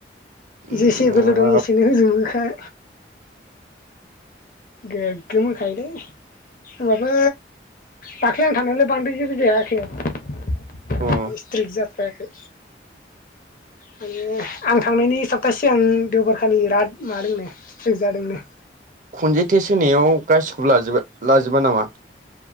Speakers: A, on the right (about 45°); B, on the left (about 50°).
A: उम
B: जेसे बोलो दं एसेनो होजोबोखाय। गोग्गोोमोखायोलै। होमबाबो दाख्लै आं थानायलाय बांद्राय जेबो जायाखै।
A: अ
B: स्ट्रिक जाथ्रायाखै मान आं थांनायनि सप्तासे । ए आं देवबारखालि बिराद मादोंनो स्ट्रिक जादोंनो।
A: खनसे टेस्ट होनायाव गासिखौबो लाज लाजोबा नामा?